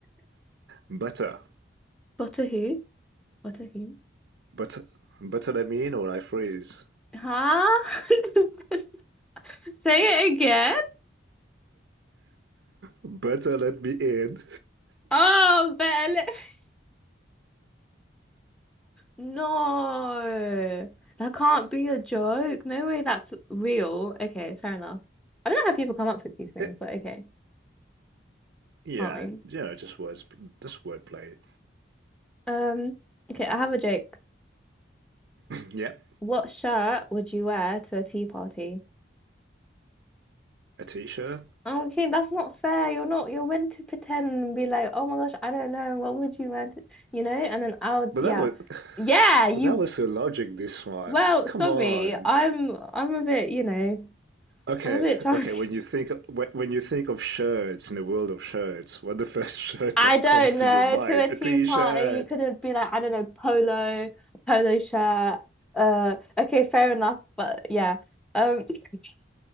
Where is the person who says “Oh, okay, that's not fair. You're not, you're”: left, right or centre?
Centre